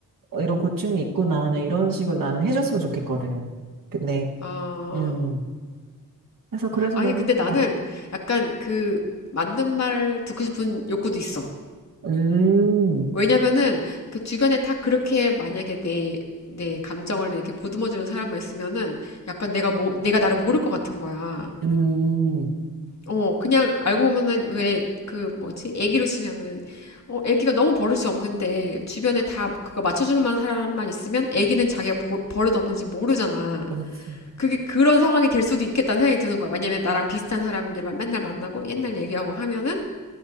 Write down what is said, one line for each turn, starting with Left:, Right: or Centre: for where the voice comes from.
Right: 어, 이런 고충이 있구나. 나는 이런 식으로 나는 해줬으면 좋겠거든. 근데,
Left: 아,
Right: 음. 그래서, 그래서
Left: 아니,
Right: 나는,
Left: 근데 나는
Right: 어,
Left: 약간 그 맞는 말 듣고 싶은 욕구도 있어.
Right: 음,
Left: 왜냐면은 그 주변에 다 그렇게 만약에 내, 내 감정을 이렇게 보듬어주는 사람만 있으면은 약간 내가 뭐, 내가 나를 모를 것 같은 거야.
Right: 음,
Left: 어, 그냥 알고 보면은 왜 그 뭐지? 애기로 치면은 어, 애기가 너무 버릇이 없는데 주변에 다 그거 맞춰주는 만 사람만 있으면 애기는 자기가 버, 버릇 없는지 모르잖아.
Right: 그렇지.
Left: 그게 그런 상황이 될 수도 있겠다는 생각이 드는 거야. 왜냐면 나랑 비슷한 사람들만 맨날 만나고 옛날 얘기하고 하면은